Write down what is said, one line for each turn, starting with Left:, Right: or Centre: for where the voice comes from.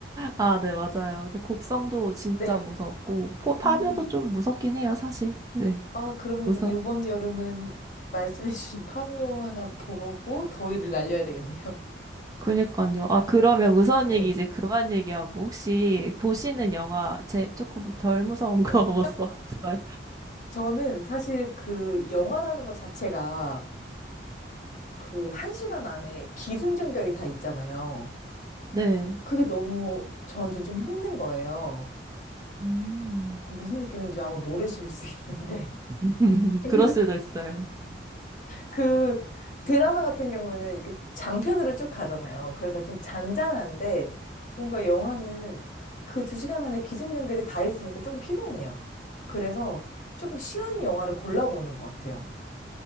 Right: 아, 네, 맞아요. 근데 곡성도 진짜
Left: 네.
Right: 무서웠고 포, 파묘도
Left: 음.
Right: 좀 무섭긴 해요, 사실. 네.
Left: 아, 그러면
Right: 무서.
Left: 요번 여름은 말씀해주신 파묘 하나 보고 더위를 날려야 되겠네요.
Right: 그니까요. 아, 그러면 무서운
Left: <laughs> 네.
Right: 얘기 이제 그만 얘기하고 혹시 보시는 영화 제 조금 덜 무서운
Left: 네.
Right: 거 <laughs> 못 써 없어요?
Left: 저는 사실 그 영화라는 것 자체가 그 한 시간 안에 기승전결이 다 있잖아요.
Right: 네.
Left: 그게 너무 저한테는 좀 힘든 거예요.
Right: 음,
Left: 그 무슨 느낌인지 아마 모르실 수 있는데.
Right: <laughs>
Left: <laughs>
Right: 그럴 수도 있어요.
Left: 그 드라마 같은 경우는 이렇게 장편으로 쭉 가잖아요. 그래서 좀 잔잔한데 뭔가 영화는 그 두 시간 안에 기승전결이 다 있으니까 조금 피곤해요. 그래서 조금 쉬운 영화를 골라보는 것 같아요.